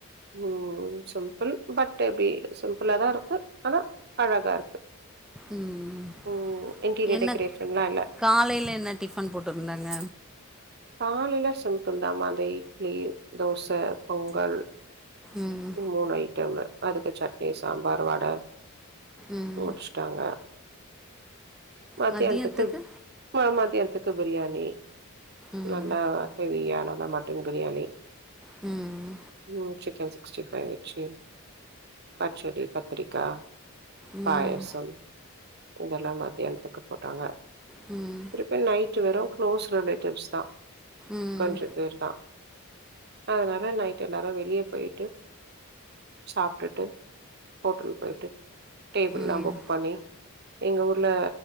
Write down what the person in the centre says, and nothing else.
ம்
என்ன
காலையில என்ன டிஃபன் போட்டுருந்தாங்க
ம்
ம்
மதியத்துக்கு
ம்
ம் ம்
ம்
ம் ம்
ம்
ம்